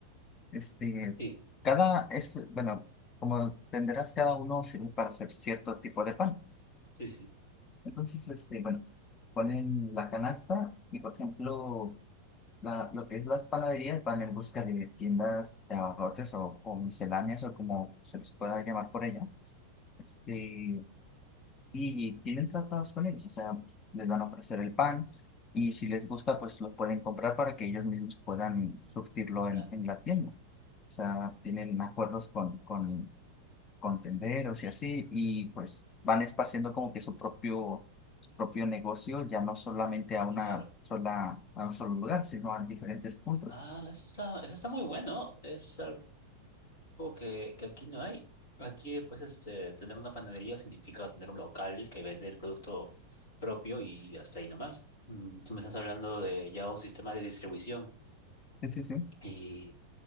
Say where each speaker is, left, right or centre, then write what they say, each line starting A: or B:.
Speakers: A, on the left (about 25°); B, on the left (about 55°).
A: Este,
B: sí,
A: cada, es, bueno, como tendrás cada uno sirve para hacer cierto tipo de pan.
B: sí, sí, sí,
A: Entonces, este, bueno, ponen la canasta y, por ejemplo, la- lo que es las panaderías van en busca de tiendas de abarrotes o, o misceláneas o como se les pueda llamar por ella. Este, y tienen tratados con ellos, o sea, pues, les van a ofrecer el pan y si les gusta, pues lo pueden comprar para que ellos mismos puedan surtirlo en,
B: claro,
A: en la tienda. O sea, tienen acuerdos con, con, con tenderos y así, y pues van espaciando como que su propio, su propio negocio, ya no solamente a una
B: claro.
A: sola, a un solo lugar, sino a diferentes puntos.
B: Ah, eso está, eso está muy bueno. Es algo que, que aquí no hay. Aquí, pues, este, tener una panadería significa tener un local que vende el producto propio y hasta ahí nomás. Mm, Tú me estás hablando de ya un sistema de distribución.
A: Sí, sí, sí.
B: y